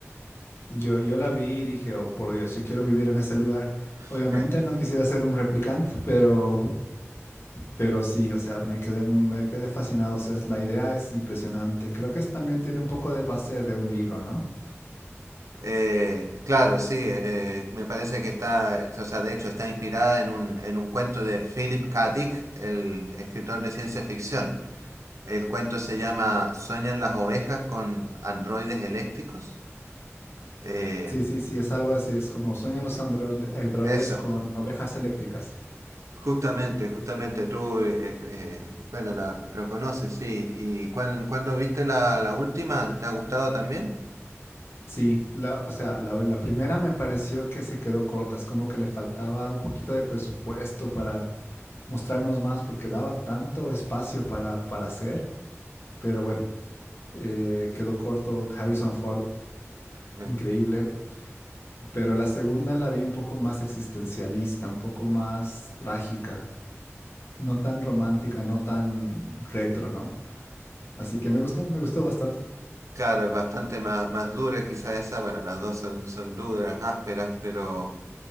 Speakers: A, on the left (about 50°); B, on the right (about 85°).
A: Yo, yo la vi y dije, oh por Dios, yo quiero vivir en ese lugar.
B: <laughs>
A: Obviamente no quisiera ser un replicante, pero, pero sí, o sea, me quedé, me quedé fascinado. O sea, es- la idea es impresionante. Creo que es- también tiene un poco de base de un libro, ¿no?
B: Eh, claro, sí, eh, me parece que está, o sea, de hecho está inspirada en un, en un cuento de Philip K. Dick, el escritor de ciencia ficción. El cuento se llama ¿Sueñan las ovejas con androides eléctricos? Eh,
A: Sí, sí, sí, es algo así, es como sueñan los androide- androides
B: eso.
A: con ovejas eléctricas.
B: Justamente, justamente tú, eh, eh, eh, bueno, la, lo conoces, sí. ¿Y cuándo, cuándo viste la, la última? ¿Te ha gustado también?
A: Sí, la, o sea, la, la primera me pareció que se quedó corta, es como que le faltaba un poquito de presupuesto para mostrarnos más, porque daba tanto espacio para, para hacer, pero bueno, eh, quedó corto, Harrison Ford,
B: Ujú.
A: increíble, pero la segunda la vi un poco más existencialista, un poco más trágica, no tan romántica, no tan retro, ¿no? Así que me gustó, me gustó bastante.
B: Claro, es bastante más, más dura quizá esa. Bueno, las dos son, son duras, ásperas, pero